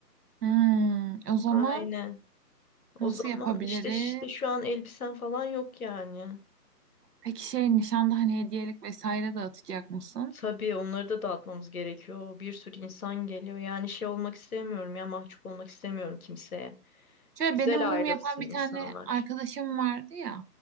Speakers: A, on the right (about 70°); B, on the left (about 60°).
A: Hmm, o zaman
B: Aynen.
A: nasıl
B: O zaman
A: yapabiliriz?
B: işte işte şu an elbisen falan yok yani.
A: Peki şey nişanda hani hediyelik vesaire dağıtacak mısın?
B: Tabii onları da dağıtmamız gerekiyor. Bir sürü insan geliyor. Yani şey olmak istemiyorum ya mahcup olmak istemiyorum kimseye.
A: Şöyle
B: Güzel
A: benim mum
B: ayrılsın
A: yapan bir
B: insanlar.
A: tane arkadaşım vardı ya.